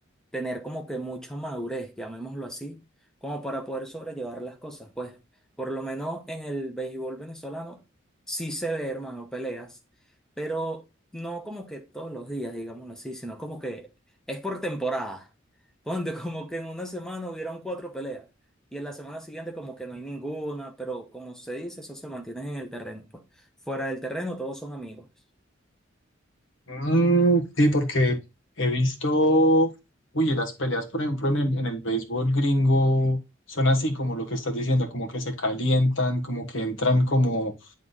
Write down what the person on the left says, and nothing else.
Mm, sí, porque he visto, uy, las peleas, por ejemplo, en el, en el béisbol gringo son así como lo que estás diciendo, como que se calientan, como que entran como,